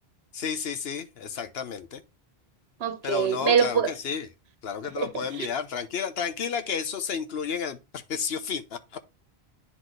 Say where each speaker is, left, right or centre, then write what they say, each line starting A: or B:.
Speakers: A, on the left; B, on the right.
A: Sí, sí, sí, exactamente.
B: Ok,
A: Pero no,
B: me
A: claro
B: lo puedo.
A: que sí, claro
B: <laughs>
A: que te lo puedo enviar. Tranquila, tranquila que eso se incluye en el <laughs> precio final.